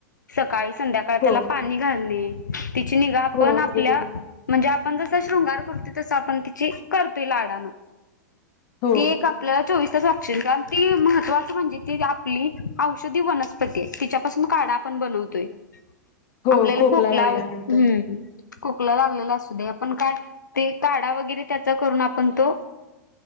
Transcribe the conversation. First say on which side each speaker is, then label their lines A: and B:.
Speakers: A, on the left; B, on the left.
A: सकाळी-संध्याकाळी
B: हो
A: त्याला पाणी घालणे तिची निगा आपण
B: हो
A: आपल्या
B: अगदी बरोबर.
A: म्हणजे आपण जस शृंगार करतोय तस आपण तिचे करतोय लाडानं
B: हो
A: ते एक आपल्यात चोवीस तास ऑक्सिजन आणि ति महत्वाच म्हणजे ति आपली औषधी वनस्पती आहे तिच्यापासून काढा ढा पण बनवतोय
B: हो
A: आपल्याला खोकला
B: लागल्यानंतर
A: वगै हम्म खोकला लागलेला असूदे आपण काय ते काढा वगैरे त्याचा करून आप पण तो